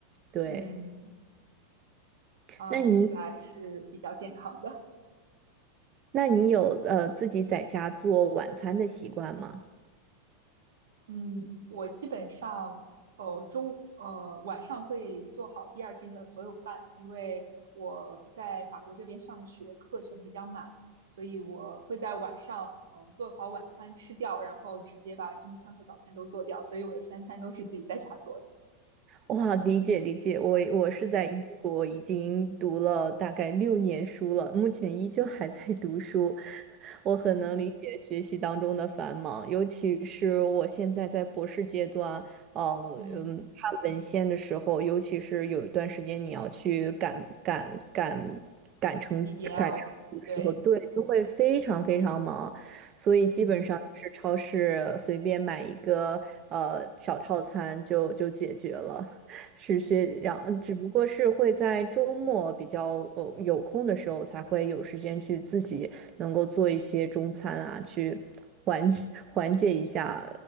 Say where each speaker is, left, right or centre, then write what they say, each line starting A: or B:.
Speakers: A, on the right (about 40°); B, on the right (about 80°).
A: 对，
B: 嗯。嗯啊，
A: 那你
B: 听起来是比较健康的。
A: 那你有呃自己在家做晚餐的习惯吗？
B: 嗯，我基本上呃中呃晚上会做好第二天的所有饭，因为我在法国这边上学，课程比较满，所以我会在晚上嗯、呃做好晚餐吃掉，然后直接把中餐和早餐都做掉，所以我的三餐都是自己在家做的。
A: 哇，理解理解，我我是在英国已经读了大概六年书了，
B: 嗯
A: 目前依旧还在读书，<laughs> 我很能理解学习当中的繁忙，
B: 嗯
A: 尤其是我现在在博士阶段，呃，
B: 嗯
A: 嗯，看文献的时候，尤其是有一段时间你要去赶赶赶赶成赶成的时候，
B: ，DDL，对，
A: 对，就会非常非常忙。所以基本上就是超市随便买一个呃小套餐就就解决了。
B: 嗯
A: 是些，然后只不过是会在周末比较呃有空的时候，才会有时间去自己能够做一些中餐啊，去缓解缓解一下